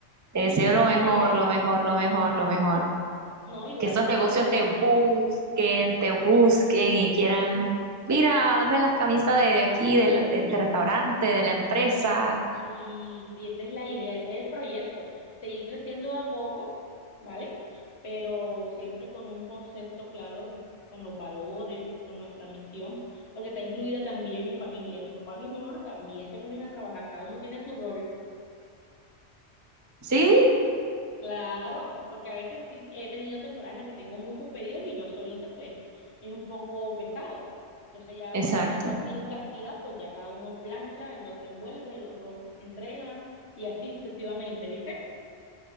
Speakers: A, on the right; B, on the left.
A: Te deseo
B: sí, sí, esa
A: lo mejor,
B: es la idea.
A: lo mejor, lo mejor, lo mejor.
B: No, igual
A: que esos
B: a ti
A: negocios
B: en la banda.
A: te busquen, te busquen y quieran, mira, hazme las camisas de, de aquí, del, del, del restaurante, de la empresa.
B: Sí, sí, esa es la idea, ese es el proyecto, seguir creciendo de a poco, ¿vale? Pero siempre con un concepto claro, con los valores, con nuestra misión, porque está incluida también mi familia, mi papá y mi mamá también se ponen a trabajar, cada uno tiene su rol,
A: Sí,
B: claro, porque a veces sí he tenido temporadas en las que tengo muchos pedidos y yo solita pues es un poco pesado. Entonces ya
A: exacto.
B: cuando tengo así en cantidad, pues ya cada uno plancha, el otro envuelve, el otro entrega y así sucesivamente, ¿viste?